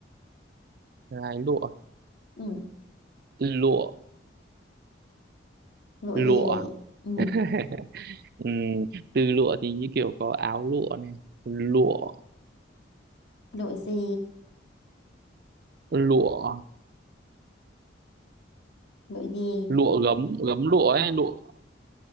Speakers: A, on the right; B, on the left.
A: lái lụa,
B: ừ
A: lụa,
B: lụa
A: lụa.
B: gì ừ
A: <laughs> Ừm, từ lụa thì như kiểu có áo lụa này lụa
B: lụa gì
A: lụa
B: lụa gì
A: lụa gấm gấm lụa ấy lụa